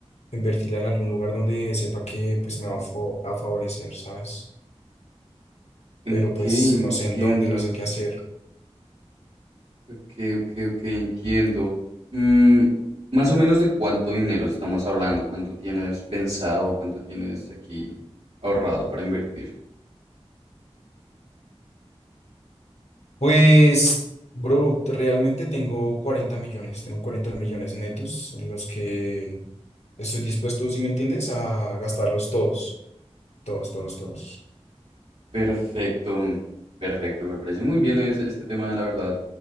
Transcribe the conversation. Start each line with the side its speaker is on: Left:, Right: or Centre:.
Left: invertirla en algún lugar donde sepa que pues me va a fo- a favorecer, ¿sabes?
Right: Ok,
Left: Pero pues
Right: entiendo.
Left: no sé en dónde, no sé qué hacer.
Right: Ok, ok, ok, entiendo. Mm, más o menos de cuánto dinero estamos hablando, cuánto tienes pensado, cuánto tienes aquí ahorrado para invertir.
Left: Pues, bro, realmente tengo 40 millones, tengo 40 millones netos en los que Estoy dispuesto, si me entiendes, a gastarlos todos, todos, todos, todos.
Right: Perfecto, mm, perfecto. Me parece muy bien es- este tema, la verdad,